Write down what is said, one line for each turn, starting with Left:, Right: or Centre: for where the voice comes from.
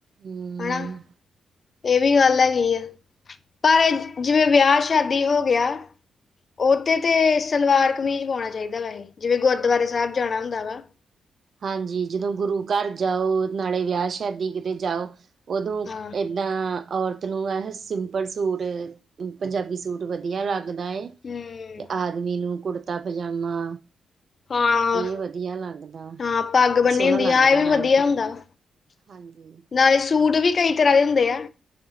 Right: ਹਮ
Left: ਹੈਨਾ। ਇਹ ਵੀ ਗੱਲ ਹੈਗੀ ਆ, ਪਰ ਜਿਵੇਂ ਵਿਆਹ ਸ਼ਾਦੀ ਹੋ ਗਿਆ। ਉਹਦੇ ਤੇ ਸਲਵਾਰ ਕਮੀਜ਼ ਪਾਉਣਾ ਚਾਹੀਦਾ ਵੈਹੇ ਜਿਵੇਂ ਗੁਰਦੁਆਰੇ ਸਾਹਿਬ ਜਾਣਾ ਹੁੰਦਾ ਵਾ।
Right: ਹਾਂਜੀ ਜਦੋਂ ਗੁਰੂ ਘਰ ਜਾਓ ਨਾਲੇ ਵਿਆਹ ਸ਼ਾਦੀ ਕਿਤੇ ਜਾਓ, ਉਦੋਂ
Left: ਹਾਂ
Right: ਏ ਨਾਂ ਔਰਤ ਨੂੰ ਇਹ ਸਿੰਪਲ ਸੂਟ, ਪੰਜਾਬੀ ਸੂ ਸੂਟ ਵਧੀਆ ਲੱਗਦਾ ਏ, ਤੇ
Left: ਹੂੰ
Right: ਆਦਮੀ ਨੂੰ ਕੁੜਤਾ ਪਜਾਮਾ
Left: ਹਾਂ
Right: ਇਹ ਵਧੀਆ ਲੱਗਦਾ।
Left: ਹਾਂ ਪੱਗ ਬੰਨੀ
Right: ਸੋਹਣਾ
Left: ਹੁੰਦੀ
Right: ਲੱਗਦਾ
Left: ਆ ਇਹ
Right: ਨਾਲੇ
Left: ਵੀ ਵਧੀਆ ਹੁੰਦਾ ਵਾ,
Right: ਹਾਂਜੀ
Left: ਨਾਲੇ ਸੂਟ ਵੀ ਕਈ ਤਰ੍ਹਾਂ ਦੇ ਹੁੰਦੇ ਆ।